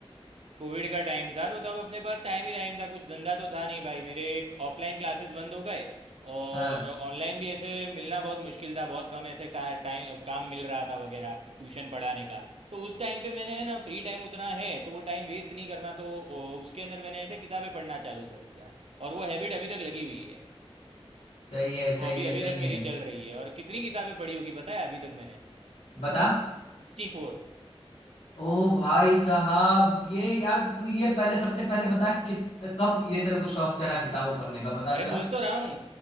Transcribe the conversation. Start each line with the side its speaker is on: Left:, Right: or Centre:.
Right: कोविड का टाइम था तो तब अपने पास टाइम ही टाइम था कुछ धंधा तो था नहीं भाई मेरे एक ऑफलाइन क्लासेस बंद हो गए और
Left: हाँ
Right: ऑनलाइन भी ऐसे मिलना बहुत मुश्किल था बहुत कम ऐसे टा- टाइम काम मिल रहा था वगैरह ट्यूशन पढ़ाने का तो उस टाइम पे मैंने है ना फ्री टाइम उतना है तो वो टाइम वेस्ट नहीं करना तो ओ, उसके अंदर मैंने ऐसे किताबें पढ़ना चालू कर दिया और वो हैबिट अभी तक लगी हुई है
Left: सही है सही
Right: वो अभी
Left: है
Right: अभी
Left: सही
Right: तक मेरी
Left: है
Right: चल रही है और कितनी किताबें पढ़ी होगी पता है अभी तक मैंने
Left: बता
Right: सिक्सटी फोर
Left: ओ भाई साहब ये यार तू ये पहले सबसे पहले बता कित कब ये तेरे को शौक चढ़ा किताबें पढ़ने का बता
Right: अरे
Left: जरा
Right: बोल तो रहा हूँ